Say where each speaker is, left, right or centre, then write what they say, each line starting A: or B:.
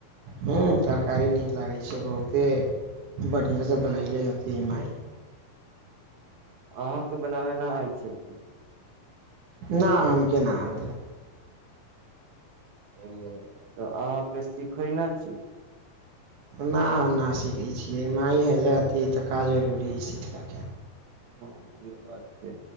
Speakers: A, on the right; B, on the right.
A: ह तरकारी नीक लागै छै बहुते बढ़िआँसँ बनयले हथिन मइ
B: अहाँके बनाबेना आइ छै की
A: न हम के न आबै य
B: ओ तऽ अहाँके सिखयने छी
A: नहि हम नहि सीखै छियै माय हेलए अती तऽका जरूरी सिखलक।
B: हँ इहो बात छै